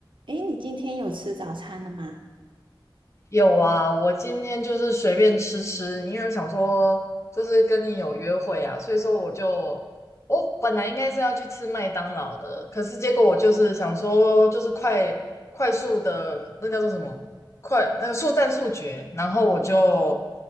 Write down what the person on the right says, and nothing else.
诶，你今天有吃早餐了吗？